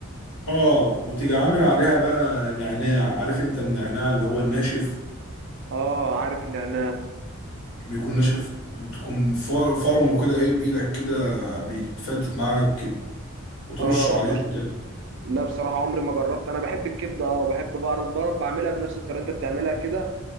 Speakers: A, on the left; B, on the right.
A: اه وتيجي عامل عليها بقى نعناع عارف انت النعناع اللي هو الناشف
B: اه عارف النعناع
A: بيكون ناشف بتكون فار- فرمه كده ايه بإيدك كده بيتفتت معاك كده وترشه
B: اه بتحط
A: عليها بتاع
B: لا بصراحه عمري ما جربت انا بحب الكبده اه وبحب بعرف بعرف بعملها بنفس الطريقه انت بتعملها كده